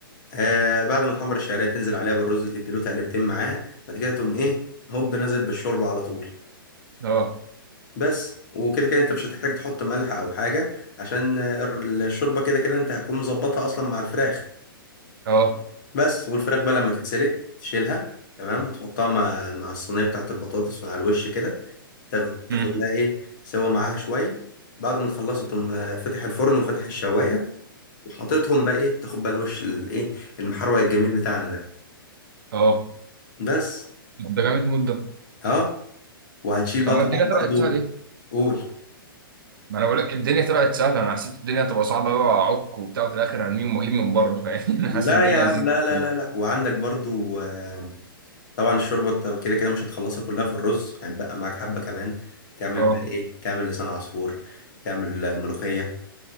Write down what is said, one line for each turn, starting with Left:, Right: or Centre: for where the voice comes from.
Left: آه بعد ما تحمر الشعرية تنزل عليها بالرز تديله تقلبتين معاه بعد كده تقوم إيه هوب نازل بالشوربة على طول
Right: اه
Left: بس وكده كده أنت مش هتحتاج تحط ملح أو حاجة عشان ال- الشوربة كده كده أنت هتكون مظبطها أصلا مع الفراخ
Right: اه
Left: بس والفراخ بقى لما تتسلق تشيلها تمام وتحطها مع مع الصينيه بتاعت البطاطس على الوش كده تاخد تاخد
Right: امم
Left: لها ايه سوا معاها شويه بعد ما تخلصها تقوم آه، فاتح الفرن وفاتح الشوايه وحاططهم بقى ايه تاخد بقى الوش الايه المحروق الجميل بتاعنا ده
Right: اه
Left: بس
Right: طب ده جامد مده
Left: اه وهتشيل
Right: طب
Left: بقى
Right: ما
Left: طبعا
Right: الدنيا طلعت
Left: برضو
Right: سهله ليه؟
Left: قول
Right: ما انا بقول لك الدنيا طلعت سهله انا حسيت الدنيا هتبقى صعبه قوي واعك وبتاع وفي الاخر هرميهم واجيب من بره فاهم <laughs> انا
Left: لا
Right: حاسس الدنيا
Left: يا عم
Right: لذيذه
Left: لا لا
Right: كده.
Left: لا لا وعندك برضو آه، طبعا الشوربه أنت كده كده مش هتخلصها كلها في الرز هيبقى معاك حبه كمان تعمل
Right: اه
Left: بقى ايه تعمل لسان عصفور تعمل آه، ملوخيه